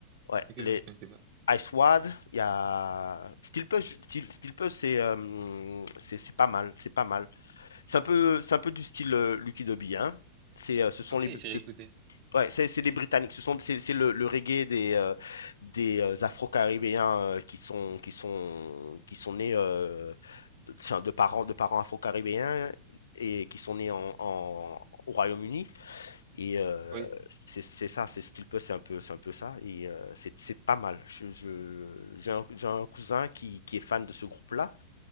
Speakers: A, on the left; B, on the right.
A: Ouais,
B: Ok,
A: les
B: non, je connaissais pas.
A: Ice Wad, il y a Steel Pulse, Steel, Steel Pulse, c'est, euh, c'est, c'est pas mal, c'est pas mal. C'est un peu, c'est un peu du style euh, Lucky Dubby, hein. C'est, euh, ce sont
B: Ok,
A: les,
B: j'ai
A: ce-
B: réécouté.
A: Ouais, c'est c'est les Britanniques. Ce sont c'est c'est le, le reggae des euh, des euh, Afro-Caribéens euh, qui sont qui sont qui sont nés euh, de, enfin, de parents de parents Afro-Caribéens et qui sont nés en, en- au Royaume-Uni. Et euh,
B: Oui.
A: c'est c'est ça, c'est style peu, c'est un peu c'est un peu ça. Et euh, c'est c'est pas mal. Je, je- j'ai un, j'ai un cousin qui, qui est fan de ce groupe-là